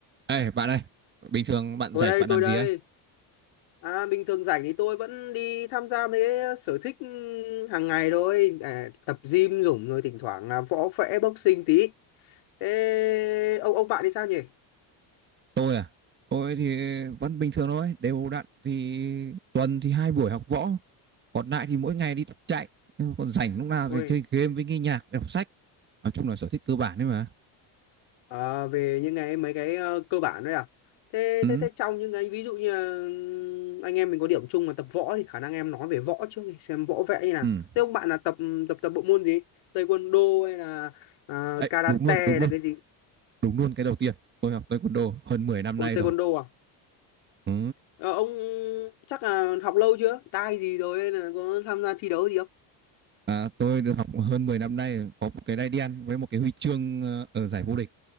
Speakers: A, on the right; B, on the left.
A: Ê, bạn ơi, bình thường bạn
B: Tôi
A: rảnh
B: đây,
A: bạn
B: tôi
A: làm
B: đây.
A: gì ấy?
B: À, bình thường rảnh thì tôi vẫn đi tham gia mấy cái sở thích ừ, hàng ngày thôi. À, tập gym dũng rồi thỉnh thoảng là võ vẽ boxing tí. Thế ông ông bạn thì sao nhỉ?
A: Tôi à? Tôi thì vẫn bình thường thôi, đều đặn thì tuần thì hai buổi học võ, còn lại thì mỗi ngày đi tập chạy, còn rảnh lúc nào
B: Ôi,
A: thì chơi game với nghe nhạc, đọc sách. Nói chung là sở thích cơ bản đấy mà.
B: ờ, về những cái mấy cái ờ, cơ bản đấy à? Thế
A: Ừ,
B: thế thế trong những cái ví dụ như là, ừm, anh em mình có điểm chung mà tập võ thì khả năng em nói về võ trước đi, xem võ vẽ như nào.
A: ừ.
B: Thế ông bạn là tập ừ, tập tập bộ môn gì? Taekwondo hay là à,
A: Đấy,
B: karate
A: đúng luôn, đúng luôn,
B: là cái gì?
A: đúng luôn cái đầu tiên. Tôi học taekwondo hơn 10 năm nay
B: Ôi taekwondo
A: rồi.
B: à?
A: Ừ.
B: Ờ, ông chắc là học lâu chưa? Tai gì rồi hay là có tham gia thi đấu gì không?
A: À, tôi được học hơn 10 năm nay có một cái đai đen với một cái huy chương ờ, ở giải vô địch